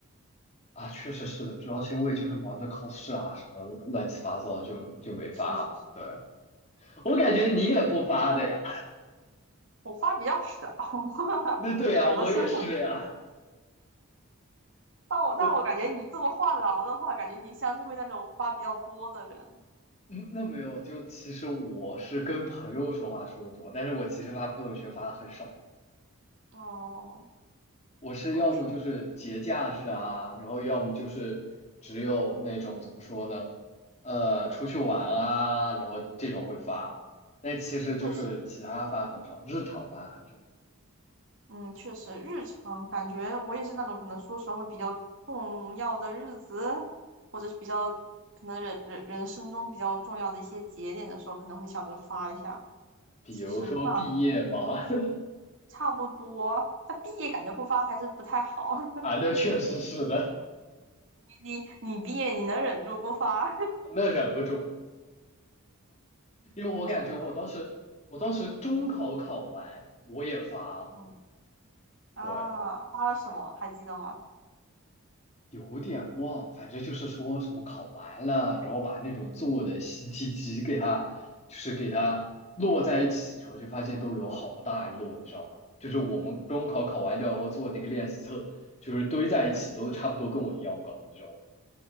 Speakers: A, on the left; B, on the right.
A: 啊，确实是的，主要是因为就是忙着考试啊，什么乱七八糟就就没发。
B: 是是是，
A: 对，我感觉你也不发的呀。
B: 我发比较少，<laughs>
A: <laughs> 那对呀，
B: 我不是很，
A: 我也是呀。
B: 但我但我感觉你这么话痨的话，
A: 我。
B: 感觉你像是会那种发比较多的人。
A: 嗯，那没有，就其实我是跟朋友说话说的多，但是我其实发朋友圈发的很少，
B: 哦
A: 我是要么就是节假日啊，
B: ，OK，
A: 然后要么就是只有那种怎么说呢，呃，出去玩啊，然后这种会发，但其实就是其他发很少，
B: 确实。
A: 日常发很少，
B: 嗯，确实，日常感觉我也是那种可能说实话会比较重要的日子，或者是比较可能人人人生中比较重要的一些节点的时候，可能会想着发一下。
A: 比如说毕业嘛，
B: 其实发的
A: <laughs>
B: 差不多，但毕业感觉不发还是不太好。<laughs>
A: 啊，那确实是的，
B: 你你毕业你能忍住不发
A: 那忍不住，因为我感觉我当时我当时中考考完我也发了，
B: <laughs> 是吧？嗯啊，
A: 对。
B: 发了什么还记得吗？
A: 有点忘，反正就是说什么考完了，然后把那种做的习题集给它，就是给它摞在一起，然后就发现都有好大一摞，你知道吧？就是我们中考考完掉以后做那个练习册，就是堆在一起都差不多跟我一样高，你知道吗？